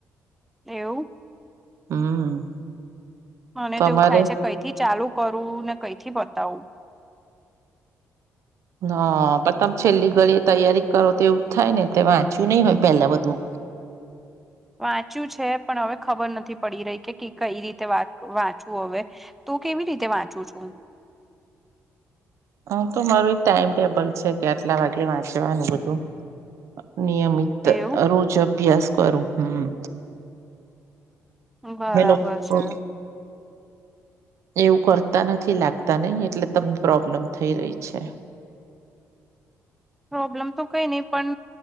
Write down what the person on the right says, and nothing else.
હમ.
તમારે
હ પણ તમે છેલ્લી ઘડી તૈયારી કરો તો એવું થાય ને તે વાંચ્યું નહી હોય પેલા બધું.
હા તો મારું એક ટાઈમ ટેબલ છે કે આટલા વાગે વાંચવાનું બધું, નિયમિત.
રોજ અભ્યાસ કરું હમ.
લોકો
એવું કરતા નથી લાગતાને એટલે તમને પ્રોબ્લેમ થઈ રહી છે.